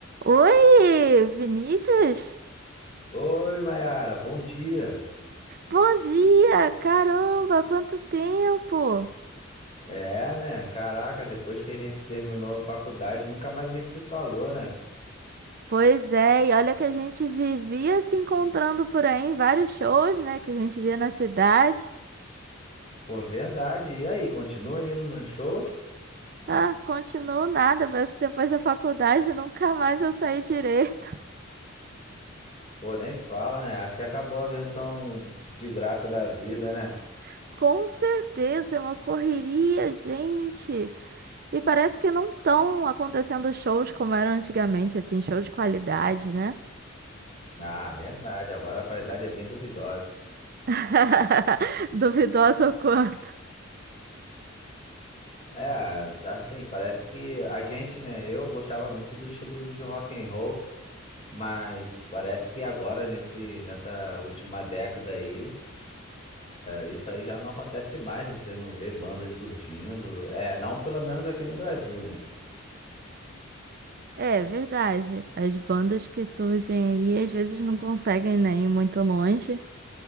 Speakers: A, on the right; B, on the left.
A: Oi, Vinícius?
B: Oi, Mayara, bom dia.
A: Bom dia! Caramba, quanto tempo!
B: É, né? Caraca, depois que a gente terminou a faculdade, nunca mais a gente se falou, né?
A: Pois é, e olha que a gente vivia se encontrando por aí em vários shows, né, que a gente via na cidade.
B: Pô, verdade. E aí, continua indo nos shows?
A: Ah, continuou nada, parece que depois da faculdade nunca mais eu saí direito.
B: Pô, nem fala, né? Acho que acabou a versão de graça da vida, né?
A: <laughs> Com certeza, é uma correria, gente. E parece que não estão acontecendo shows como eram antigamente, assim, show de qualidade, né?
B: Ah, verdade. Agora a qualidade é bem duvidosa.
A: <laughs> Duvidoso o quanto.
B: É, assim, parece que a gente, né? Eu gostava muito do estilo de rock and roll, mas parece que agora nesse nessa última década aí Isso aí já não acontece mais, você não vê bandas surgindo. É, não pelo menos aqui no Brasil, né?
A: É verdade. As bandas que surgem aí às vezes não conseguem nem ir muito longe.